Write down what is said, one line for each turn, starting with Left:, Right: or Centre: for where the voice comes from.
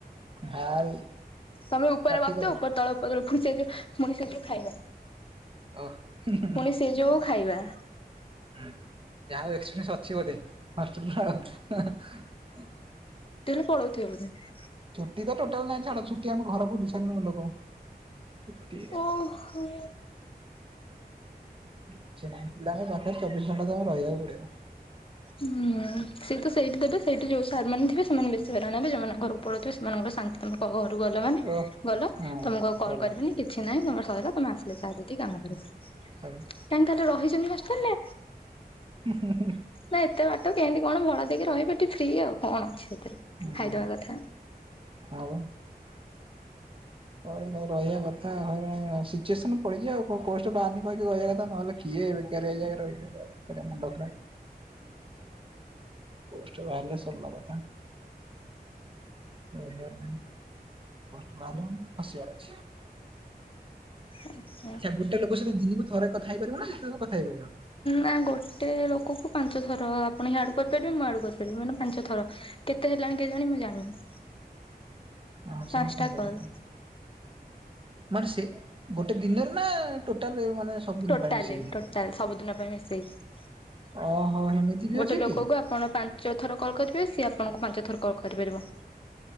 Right: ଭାରି
Left: ତମେ ଉପରେ
Right: କାଠି
Left: ବସିଛ
Right: କର
Left: ଉପର ତଳେ ଉପ ତଳେ ପୁଣି ଯୋଉ ସେ ଖାଇବା।
Right: ଓ ହୁଁ ହୁଁ।
Left: ପୁଣି ସେ ଯୋଉ ଖାଇବା।
Right: ହୁଁ ଯାହା ହଉ ଏକ୍ସପିରିଏନ୍ସ ଅଛି ବୋଧେ ହଷ୍ଟେଲ ର ଆଉ ହଁ ହଁ।
Left: ପଳଉଥିବ ବୋଧେ ଆଉ।
Right: ଛୁଟି ତ ଟୋଟାଲ ନାଁ ଛାଡ ଛୁଟି ଆମ ଘର ବୁଲି ସାରିଲୁ ଲୋକ। ଛୁଟି
Left: ଓହୋ।
Right: କିଛି ନାହିଁ ପିଲା ଆମେ ପାଠରେ ଚବିଶ ଘଣ୍ଟା ତମେ ରହବାକୁ ପଡିବ।
Left: ହୁଁ ସିଏତ ସେଇଠି ଦେବେ ସେଇଠି ଯୋଉ ସାର ମାନେ ଥିବେ ସେମାନେ ବେଶୀ ହଇରାଣ ହେବେ ଯଉମାନେ ଘରକୁ ପଳଉଥିବେ ସେମାନଙ୍କର ଶାନ୍ତି। ତମେ କ ଘରୁ ଗଲ ବା।
Right: ଓ
Left: ଗଲ
Right: ହଁ
Left: ତମକୁ କଲ
Right: ସରିଲା
Left: କରିବିନି କିଛି ନାହିଁ ତମର ସରିଲ ତମେ ଆସିଲେ ଯହାକି କାମ କର।
Right: ହୁଁ
Left: <unintelligible> ରହିଛନ୍ତିି ହଷ୍ଟେଲରେ।
Right: ହୁଁ ହୁଁ ହୁଁ।
Left: ନା ଏତେ ବାଟ କେମତି କଣ ଭଳ ଦେଇକି ରହିବେ ଏଠି ଫ୍ରି ଆଉ କଣ ଅଛି ସେଥିରେ।
Right: ହୁଁ
Left: ଖାଇଦବା କଥା
Right: ଆଉ କ ରହିବା କଥା ଉ ସିଚୁଏସନ ପଡିଛି ଆଉ ପୋଷ୍ଟ ବାହାରିନି କହିକି ରହିବା କଥା ନହେଲେ କିଏ ବେକାର ଜାଗାରେ ରହିବ। ମୁଣ୍ଡର ପା ପୋଷ୍ଟ ବାହାରିଲେ ସରିଲା କଥା। ପୋଷ୍ଟ ବାହାରିଲେ ଖସିଆର ଅଛି।
Left: ଆଚ୍ଛା
Right: ଆଚ୍ଛା ଗୋଟେ ଲୋକ ସହ ଦିନକୁ ଥରେ କଥା ହେଇ ପାରିବ ନା ଯେତେ କଥା ହେଇ ପାରିବ।
Left: ନା ଗୋଟେ ଲୋକକୁ ପାଞ୍ଚ ଥର ଆପଣ ହିଁ ଆଡୁ କରିପାରିବେ ମୁଁ ଆଡୁ କରିପାରିବି ମାନେ ପାଞ୍ଚ ଥର। କେତେ ହେଲାଣି କେଜାଣି ମୁଁ ଜାଣିନି।
Right: ହଁ ହ
Left: ପାଞ୍ଚଟା
Right: ସେମିତ କରିବ।
Left: କଲ୍।
Right: ମାନେ ସେ ଗୋଟେ ଦିନରେ ନା ଟୋଟାଲ ମାନେ ସବୁଦିନ
Left: ଟୋଟାଲ
Right: ପାଇଁ ମିଶେଇକି?
Left: ଟୋଟାଲ ସବୁଦିନ ପାଇଁ ମିଶେଇକି
Right: ଓହୋ ଏମିତି ବି
Left: ଗୋଟେ
Right: ଅଛି
Left: ଲୋକକୁ
Right: କି?
Left: ଆପଣ ପାଞ୍ଚ ଥର କଲ୍ କରିବେ ସିଏ ଆପଣଙ୍କୁ ପାଞ୍ଚ ଥର କଲ୍ କରିପାରିବ।